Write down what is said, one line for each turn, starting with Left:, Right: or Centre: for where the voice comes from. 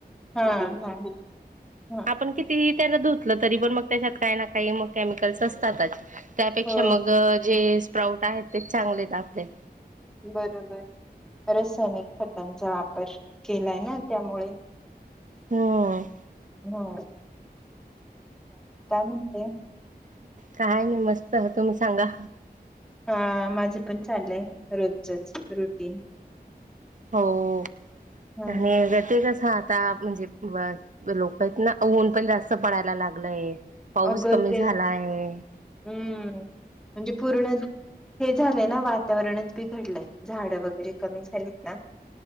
Centre: हा हा हा
Right: आपण किती? त्याला धुतलं, तरी पण मग त्याच्यात काही ना काही म केमिकल्स असतातच. त्यापेक्षा
Centre: हो
Right: मग जे स्प्राऊट आहेत, तेच चांगले आपले
Centre: बरोबर रासायनिक खतांचा वापर केलाय ना त्यामुळे
Right: हम्म.
Centre: हा. म्हणते
Right: काय नाही मस्त होत म सांगा.
Centre: हा माझं पण चाललंय रोजच रुटीन.
Right: हो
Centre: ह
Right: आणि ते कसं आता म्हणजे <inaudible> आहेत ना ऊन पण जास्त पडायला लागलंय. पाऊस
Centre: अगं
Right: कमी
Centre: ते
Right: झाला आहे.
Centre: हम्म म्हणजे पूर्ण हे झालंय ना वातावरणच बिघडलंय झाडं वगैरे कमी झालीत ना